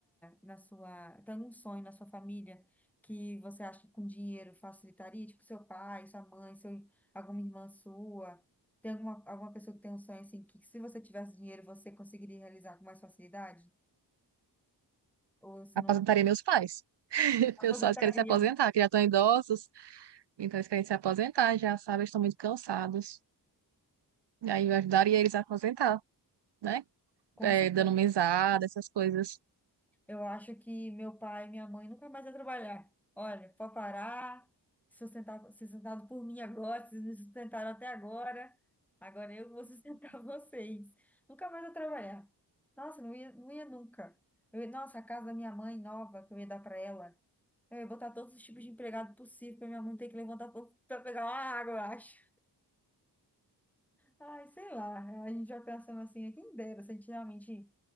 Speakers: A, in the centre; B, on the right.
A: na sua, tem algum sonho na sua família que você acha que com dinheiro facilitaria? Tipo, seu pai, sua mãe, seu, alguma irmã sua. Tem alguma, alguma pessoa que tem um sonho assim que se você tivesse dinheiro você conseguiria realizar com mais facilidade? Ou você
B: Aposentaria
A: não...
B: meus pais. <laughs>
A: Aposentaria,
B: Meus pais querem se aposentar,
A: né?
B: que já estão idosos, então eles querem se aposentar, já sabem, eles estão muito cansados. E aí eu ajudaria eles a aposentar, né?
A: Com
B: É,
A: certeza.
B: dando mesada, essas coisas. <laughs>
A: Eu acho que meu pai e minha mãe nunca mais vai trabalhar. Olha, pode parar, sustentar, ser sustentado por mim agora, vocês me sustentaram até agora, agora eu vou sustentar <laughs> vocês. Nunca mais vou trabalhar. Nossa, não ia, não ia nunca. Eu ia- nossa, a casa da minha mãe nova que eu ia dar para ela, eu ia botar todos os tipos de empregado possível para minha mãe ter que levantar para pegar uma água, eu acho. Ai, sei lá, a gente já pensando assim, quem dera se a gente realmente